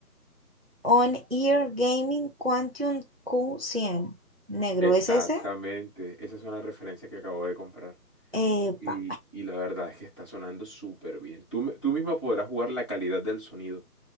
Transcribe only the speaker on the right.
On Ear Gaming Quantum Q100. Negro,
¿es ese?
Epa.